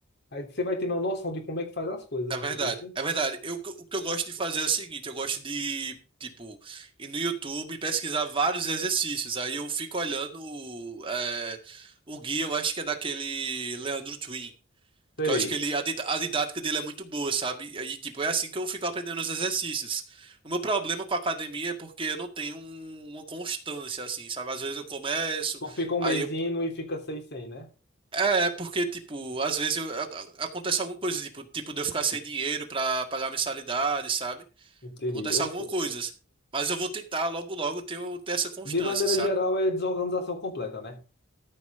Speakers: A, on the left; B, on the right.
A: Aí você vai tendo uma noção de como é que faz as coisas,
B: É
A: entendeu?
B: verdade, é verdade. Eu, o que eu gosto de fazer é o seguinte, eu gosto de, tipo, ir no YouTube e pesquisar vários exercícios. Aí eu fico olhando é, o guia, eu acho que é daquele Leandro Twin. Porque
A: Sei.
B: eu acho que ele, a, did- a didática dele é muito boa, sabe? Aí, tipo, é assim que eu fico aprendendo os exercícios. O meu problema com a academia é porque eu não tenho um- uma constância, assim, sabe? Às vezes eu começo,
A: Tu fica um
B: aí
A: mêsinho
B: eu
A: e fica seis sem, né?
B: é, é, porque, tipo, às vezes eu- a- a- acontece alguma coisa, tipo, tipo, de eu ficar sem dinheiro pra pagar a mensalidade, sabe?
A: Entendi.
B: Acontece
A: Ou
B: alguma
A: seja,
B: coisa. Mas eu vou tentar logo logo ter, o- ter essa constância,
A: de maneira
B: sabe?
A: geral, é desorganização completa, né?